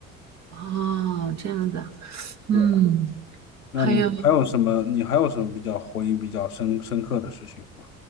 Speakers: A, on the right (about 40°); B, on the left (about 90°).
A: 哦，这样子啊，嗯，
B: 对。那你还有什么？
A: 还有。
B: 你还有什么比较回忆比较深深刻的事情吗？